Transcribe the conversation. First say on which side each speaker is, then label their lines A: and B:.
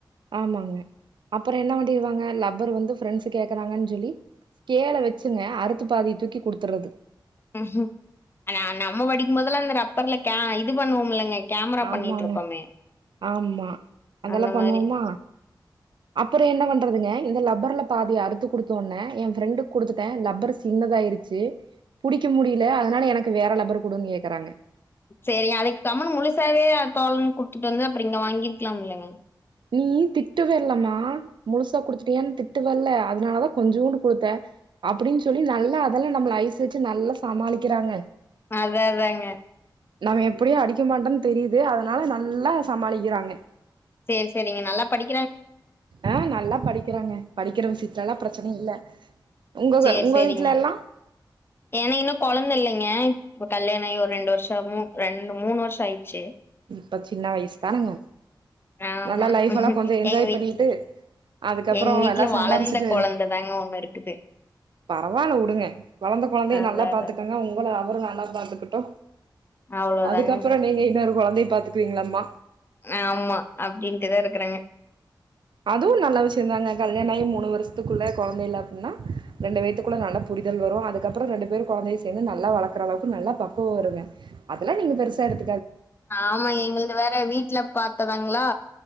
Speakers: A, on the right; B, on the left.
A: ஆமாங்க அப்புறம் என்ன பண்ணிருவாங்க லப்பர் வந்து ஃப்ரெண்ட்ஸ் கேக்குறாங்கன்னு சொல்லி் கேல வச்சுங்க அறுத்து பாதி தூக்கி குடுத்துறது
B: ஹம்ம் ஆனா நம்ம படிக்கும்போதெல்லாம் அந்த ரப்பர்ல இது பண்ணுவோம்லங்க கேமரா
A: ஆமாங்க
B: பண்ணிட்ருப்போமே.
A: ஆமா அதெல்லாம்
B: அந்த
A: பண்ணுவோமா
B: மாரி.
A: அப்புறம் என்ன பண்றதுங்க இந்த லப்பர்ல பாதி அறுத்து குடுத்த உனே என் ஃப்ரெண்டுக்கு குடுத்துட்டேன் லப்பர் சின்னதாயடுச்சு புடிக்க முடியல அதனால எனக்கு வேற லப்பர் கூடும்னு கேக்குறாங்க
B: சரி அதுக்கு கம்முன் முழுசாவே தோ குடுத்துட்டு வந்து அப்புறம் இங்க வாங்கிருக்கலாம் இல்லைங்க
A: நீ திட்டுவ இல்லமா முழுசா குடுத்துட்டேன்னு திட்டுவ இல்ல அதனால தான் கொஞ்சூண்டு கொடுத்தேன் அப்டின்னு சொல்லி நல்லா அதெல்லா நம்மள ஐஸ் வச்சு நல்லா சமாளிக்கிறாங்க
B: அத தாங்க
A: நம்ம எப்டியு அடிக்க மாட்டோன்னு தெரியுது அதனால நல்லா சமாளிக்கிறாங்க
B: செரி செரிங்க நல்லா படி
A: அ நல்லா படிக்கிறாங்க படிக்கிற விசி த்லல்லா பிரச்சினை இல்ல உங்க
B: சேர்
A: உங்க
B: சேரிங்க
A: வீட்லல்லா
B: ஏனா இன்னு கொழந்த இல்லைங்க இப்ப கல்யாண ஆயி ஒர் ரெண்டு வர்ஷ ஆமு ரண்டு மூணு வர்ஷோ ஆயிருச்சு
A: ப்ப சின்ன வயசு தானுங்க
B: ஆமா.
A: நல்லா லைஃப்பலா கொஞ்சோ என்ஜாய்
B: எங்க வீட்ல
A: பண்ணிட்டு அதுக்கப்புறோ
B: எங்க வீட்ல
A: எல்லா சம்பாரிச்சுட்டு
B: வளர்ந்த குழந்த தாங்க ஒண்ணு இருக்குது.
A: பரவால்ல உடுங்க வளந்த கொழந்தய
B: அதான்
A: நல்லா
B: அதான்.
A: பாத்துக்கங்க உங்கள அவுர நல்லா பாத்துக்கிட்டு
B: அவ்வளோதாங்க.
A: அதுக்கப்புறோ நீங்க இன்னொரு கொழந்தய பாத்துக்வீங்ளாம்மா
B: ஆமா அப்டின்ட்டுதா இருக்கறங்க
A: அதுவு நல்ல விஷ்யந்தாங்க கல்யாண ஆயி மூணு வருஷ்த்துக்குள்ள கொழந்தை இல்ல அப்பின்னா ரெண்டு வேத்துக்குள்ள நல்ல புரிதல் வரு அதுக்கப்புறோ ரெண்டு பேரு கொழந்தய சேந்து நல்லா வளக்கற அளவுக்கு நல்லா பக்குவோ வருங்க அதலா நீங்க பெருசா எடு
B: ஆமா எங்குள்து வேற வீட்ல பாத்ததாங்ளா